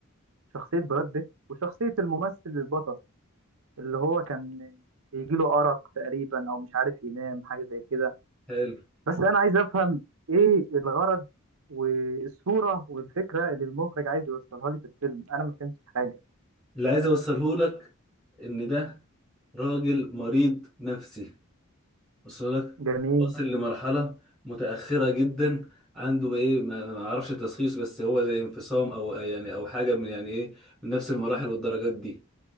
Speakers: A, on the right; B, in the centre.
A: شخصية براد بيت وشخصية الممثل البطل اللي هو كان بيجيله أرق تقريبا أو مش عارف ينام حاجة زي كده
B: حلو
A: بس أنا عايز أفهم إيه الغرض والصورة والفكرة اللي المخرج عايز يوصلها لي في الفيلم أنا ما فهمتش حاجة
B: اللي عايز اوصله لك ان ده راجل مريض نفسي وصل لك
A: جميل
B: واصل لمرحلة متأخرة جدا عنده ايه ما ما اعرفش تشخيص بس هو زي انفصام او يعني او حاجة من يعني ايه من نفس المراحل والدرجات دي